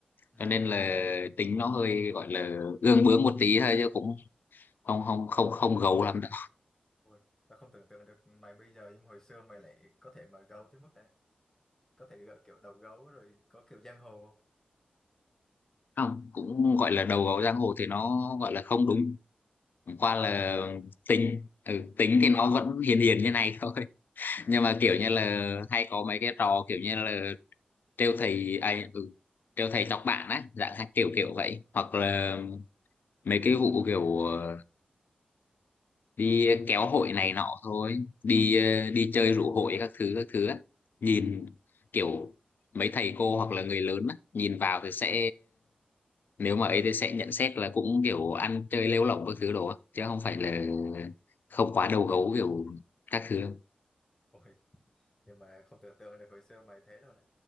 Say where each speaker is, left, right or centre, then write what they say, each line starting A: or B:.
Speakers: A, on the left (about 15°); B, on the left (about 70°).
A: Ừ.
B: cho nên là tính nó hơi gọi là gương bướng một tí thôi chứ cũng không không không không gấu lắm đâu
A: Ôi, tao không tưởng tượng được mày bây giờ nhưng hồi xưa mày lại có thể mà gấu tới mức đấy, có thể gợi kiểu đầu gấu rồi có kiểu giang hồ không?
B: không cũng gọi là đầu gấu giang hồ thì nó gọi là không đúng Chẳng
A: Lợn
B: qua là
A: lại nè.
B: tính ừ, tính thì nó vẫn hiền hiền như này thôi <laughs> nhưng mà
A: Ừ.
B: kiểu như là hay có mấy cái trò kiểu như là trêu thầy ai ừ, trêu thầy chọc bạn á dạng hay kiểu kiểu vậy hoặc là mấy cái vụ kiểu ờ, đi kéo hội này nọ thôi đi ờ, đi chơi rủ hội các thứ các thứ á nhìn kiểu mấy thầy cô hoặc là người lớn á nhìn vào thì sẽ nếu mà ấy thì sẽ nhận xét là cũng kiểu ăn chơi lêu lỏng các thứ đồ á chứ không phải
A: Ồ,
B: là không quá đầu gấu kiểu các thứ
A: ôi, nhưng mà không tưởng tượng được hồi xưa mày thế đâu nè.